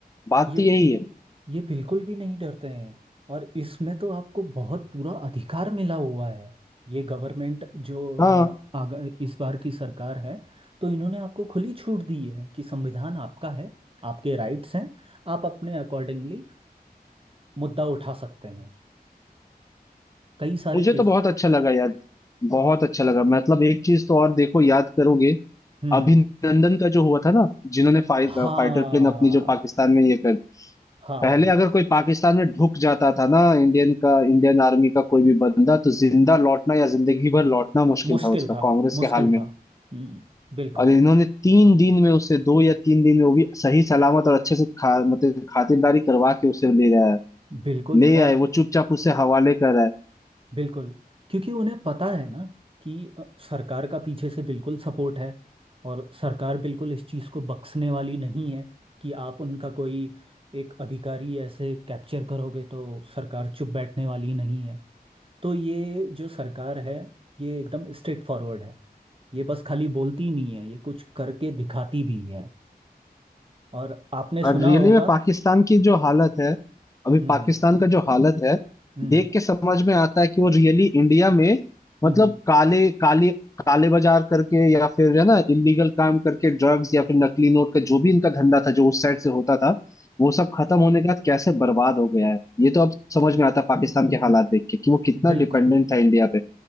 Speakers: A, on the left; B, on the right.
A: बात
B: ये
A: तो यही है
B: ये बिल्कुल भी नहीं डरते हैं और इसमें तो आपको बहुत पूरा अधिकार मिला हुआ है ये गवर्नमेंट जो
A: हाँ
B: अ, आग, इस बार की सरकार है तो इन्होंने आपको खुली छूट दी है कि संविधान आपका है आपके राइट्स हैं आप अपने अकॉर्डिंगली मुद्दा उठा सकते हैं कई सारे
A: मुझे
B: केस
A: तो बहुत अच्छा लगा यार बहुत अच्छा लगा मतलब एक चीज तो और देखो याद करोगे
B: हम्म
A: अभिनंदन
B: हम्म
A: का जो हुआ था ना जिन्होंने फाइट
B: हाँ
A: फाइटर प्लेन अपनी जो पाकिस्तान में ये कर
B: हाँ
A: पहले
B: ये
A: अगर कोई पाकिस्तान में ढुक जाता था ना इंडियन का इंडियन आर्मी का कोई भी बंदा तो जिंदा लौटना या जिंदगी भर लौटना मुश्किल
B: मुश्किल
A: था उसका
B: था
A: कांग्रेस
B: मुश्किल
A: के हाल में
B: था हम्म बिल्कुल
A: और इन्होंने तीन दिन में उसे दो या तीन दिन में वो भी सही सलामत और अच्छे से खा मतलब खातिरदारी करवा के उसे ले आया
B: बिल्कुल
A: ले
B: और
A: आए वो चुपचाप उसे हवाले कर आए
B: बिल्कुल क्योंकि उन्हें पता है ना कि अ, सरकार का पीछे से बिल्कुल सपोर्ट है और सरकार बिल्कुल इस चीज़ को बख्शने वाली नहीं है कि आप उनका कोई एक अधिकारी ऐसे कैप्चर करोगे तो सरकार चुप बैठने वाली नहीं है तो ये जो सरकार है ये एकदम स्ट्रेट फॉरवर्ड है ये बस खाली बोलती नहीं है ये कुछ करके दिखाती भी है और आपने
A: और
B: सुना
A: रियली
B: होगा
A: में पाकिस्तान की जो हालत है अभी
B: हम्म
A: पाकिस्तान का जो हालत है
B: हम्म हम्म
A: देख के समझ में आता है कि वो रियली इंडिया में
B: हम्म,
A: मतलब
B: हम्म,
A: काले काले काले बाजार करके या फिर है ना इलीगल काम करके ड्रग्स या फिर नकली नोट का जो भी इनका धंधा था जो उस साइड से होता था वो सब खत्म होने के बाद कैसे बर्बाद हो गया है ये तो अब समझ में आता है पाकिस्तान के हालात देख के कि वो कितना
B: बिल्कुल
A: डिपेंडेंट था इंडिया पे